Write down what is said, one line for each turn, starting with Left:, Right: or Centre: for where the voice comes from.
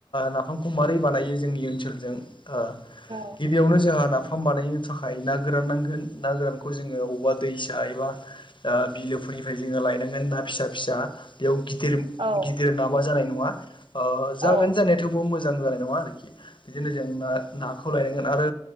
Left: नाफामखौ माबारै बानायो जोंनि ओनसोलजों ओ
Right: औ
Left: गिबियावनो जोंहा नाफाम बानायनो थाखाय ना गोरान नांगोन ना गोरानखौ जोङो बबावबा दैसा एबा ओ बिलोफोरनिफ्राय जोङो लायनांगोन ना फिसा फिसा बेयाव गि दिर
Right: औ
Left: गिदिर नाबा जानाय नङा ओ जागोन
Right: औ
Left: जानाया थेवबो मोजां जानाय नङा आरोखि बिदिनो जों नाखौ खौ लायनांगोन आरो